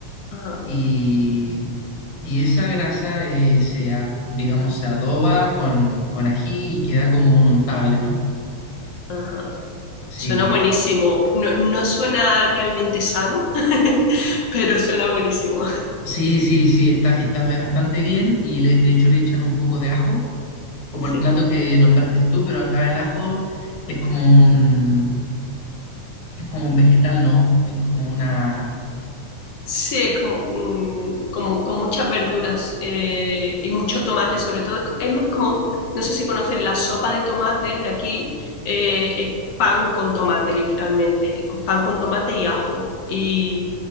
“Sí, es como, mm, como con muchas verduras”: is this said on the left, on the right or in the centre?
Left